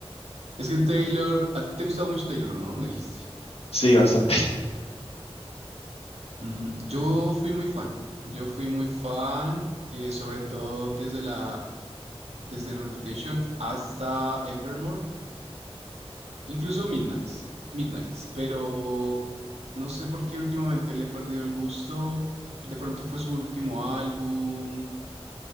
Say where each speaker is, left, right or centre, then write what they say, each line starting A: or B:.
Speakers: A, on the right; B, on the left.
A: Es que Taylor, a ti te gustaba mucho Taylor, ¿no? Me dijiste.
B: Sí, bastante. <laughs>
A: Mm, yo fui muy fan, yo fui muy fan, eh, sobre todo desde la, desde Reputation hasta Evermore, incluso Midnights, Midnights, pero no sé por qué últimamente le he perdido el gusto. De pronto fue su último álbum,